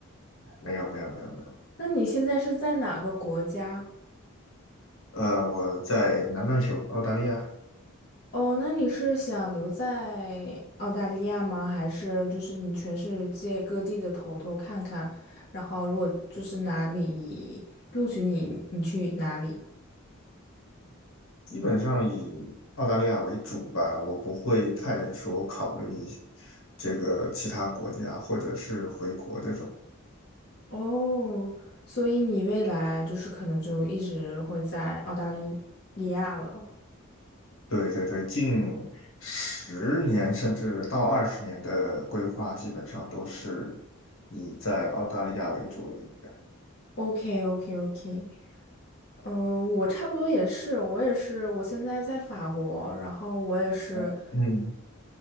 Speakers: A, on the left (about 70°); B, on the left (about 50°).
A: 没有没有没有没有，
B: 那你现在是在哪个国家？
A: 呃，我在南半球澳大利亚。
B: 哦，那你是想留在澳大利亚吗？还是就是你全世界各地的头头看看，然后如果就是哪里录取你，你去哪里？
A: 基本上以澳大利亚为主吧，我不会太说考虑这个其他国家或者是回国这种。
B: 哦，所以你未来就是可能就一直会在澳大利利亚了。
A: 对对对，近十年甚至到二十年的规划，基本上都是以在澳大利亚为主了，应该。
B: o k o k o k 嗯，呃我差不多也是，我也是，我现在在法国，然后我也是，
A: 哦，嗯